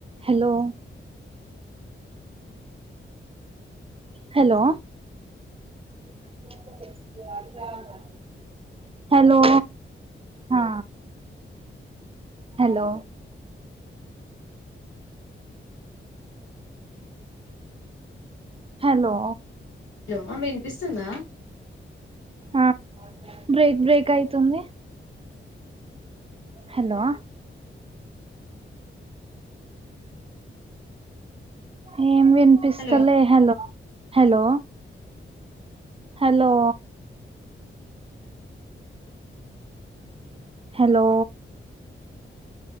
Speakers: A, on the right (about 25°); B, on the left (about 65°).
A: హలో హలో <unintelligible> హలో హా హలో హలో
B: ఏమన్నా వినిపిస్తుందా
A: ఆ బ్రేక్ బ్రేక్ అయితుంది హలో అ <inaudible> ఏం వినిపిస్తలే
B: హలో
A: హలో హలో హలో హలో